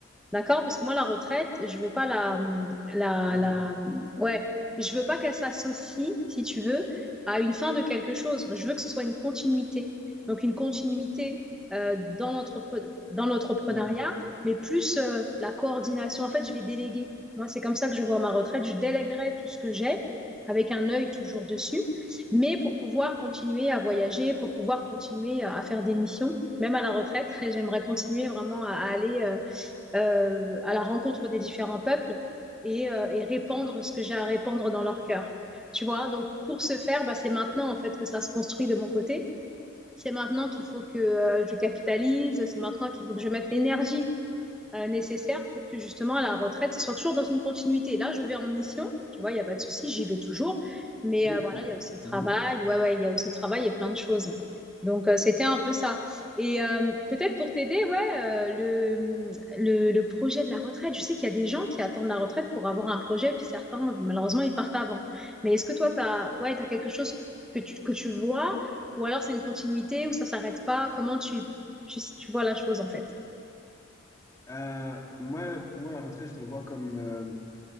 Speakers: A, in the centre; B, on the left.
A: D'accord? Parce que moi, la retraite, je veux pas la, la,
B: Ok.
A: la, ouais, je veux pas qu'elle s'associe, si tu veux, à une fin de quelque chose. Je veux que ce soit une continuité. Donc, une continuité euh, dans l'entrepre- dans l'entrepreneuriat,
B: Mhm.
A: mais plus euh, la coordination. En fait, je vais déléguer. Moi, c'est comme ça que je vois ma retraite. Je déléguerai tout ce que j'ai avec un œil toujours dessus, mais pour pouvoir continuer à voyager, pour pouvoir continuer à à faire des missions, même à la retraite, <laughs> j'aimerais continuer vraiment à à aller. euh, euh, à la rencontre des différents peuples et, euh, et répandre ce que j'ai à répandre dans leur cœur. Tu vois, donc pour ce faire, bah, c'est maintenant en fait que ça se construit de mon côté. C'est maintenant qu'il faut que euh, je capitalise, c'est maintenant qu'il faut que je mette l'énergie euh, nécessaires pour que justement à la retraite, ce soit toujours dans une continuité. Là, je vais en mission, tu vois, il n'y a pas de souci, j'y vais toujours. Mais
B: Oui,
A: euh, voilà,
B: je comprends.
A: il y a aussi le travail,
B: Mhm.
A: ouais, ouais, il y a aussi le travail et plein de choses. Donc, euh, c'était un peu ça. Et euh, peut-être pour t'aider, ouais, euh, le, le, le projet de la retraite, je sais qu'il y a des gens qui attendent la retraite pour avoir un projet, puis certains, malheureusement, ils partent avant. Mais est-ce que toi, tu as, ouais, t'as quelque chose que tu, que tu vois, ou alors c'est une continuité, ou ça s'arrête pas? Comment tu, tu, tu vois la chose, en fait?
B: Euh, moi,
A: Tout
B: pour moi, la retraite, je la vois comme, euh,